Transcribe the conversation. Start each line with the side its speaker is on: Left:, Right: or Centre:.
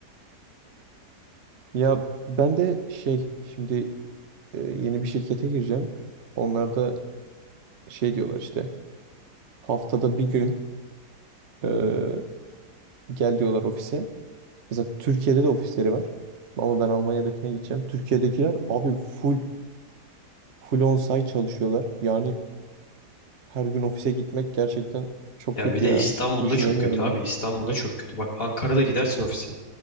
Right: Ya ben de şey şimdi e, yeni bir şirkete gireceğim. Onlarda şey diyorlar işte haftada bir gün e, gel diyorlar ofise. Mesela Türkiye'de de ofisleri var. Ama ben Almanya'dakine gideceğim. Türkiye'dekiler abi full full on-site çalışıyorlar. Yani her gün ofise gitmek gerçekten çok
Left: Ya
Right: kötü
Left: bir de
Right: ya.
Left: İstanbul'da
Right: Düşünemiyorum
Left: çok kötü abi.
Right: bile.
Left: İstanbul'da çok kötü. Bak Ankara'da gidersin ofise.